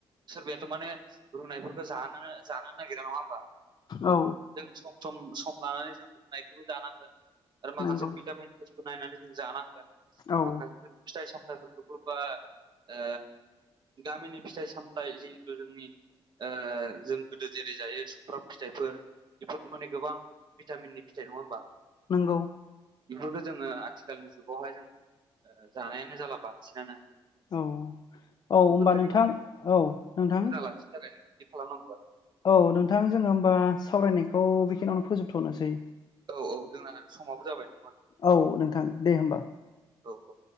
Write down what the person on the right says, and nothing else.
सोरबायाथ' माने रुनायफोरखौ जनोनो जानो नागिरा नङा होमबा?
जों सम सम सम लानानै जों रुनायखौबो जानांगोन। आरो माखासे
भिटामिन बस्थु नायनानै जों जानांगोन
माखासे जों फिथाइ सामथाइफोरखौबो बा ओ गामिनि फिथाइ सामथाइ जिहेथु जोंनि ओ जों गोदो जेरै जायो सुमफ्राम फिथाइफोर बेफोरथ' माने गोबां भिटामिननि फिथाइ नङा होमबा?
इफोरखो जोङो आथिखालनि जुगावहाय जों ओ जानायानो जाला बांसिनानो।
बेफोरबायदि
मोजां लाखिनो थाखाय जों बिदि खालामनांगौ आरो
औ औ जोंना समावबो जाबाय नंगौ
औ औ।